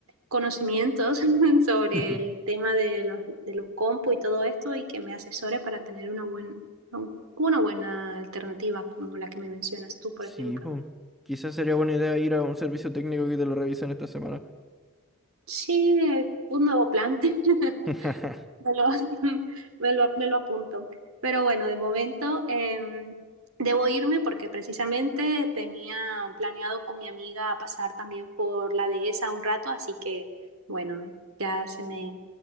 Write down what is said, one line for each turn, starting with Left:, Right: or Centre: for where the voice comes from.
Right: conocimientos <laughs> sobre
Centre: <laughs>
Right: el tema de los, de los compu y todo esto y que me asesore para tener una, buen, una buena alternativa como la que me mencionas tú, por
Centre: Sí,
Right: ejemplo.
Centre: pues. Quizás sería buena idea ir a un servicio técnico que te lo revisen esta semana.
Right: Sí, eh, un nuevo plan. <laughs>
Centre: <laughs>
Right: Me lo, <laughs> me lo, me lo apunto. Pero bueno, de momento em, debo irme porque precisamente tenía planeado con mi amiga pasar también por la dehesa un rato, así que bueno, ya se me